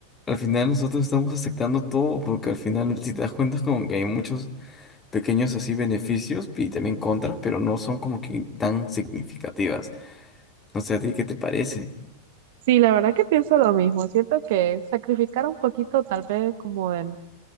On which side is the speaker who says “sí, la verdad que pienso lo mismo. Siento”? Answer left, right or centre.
Right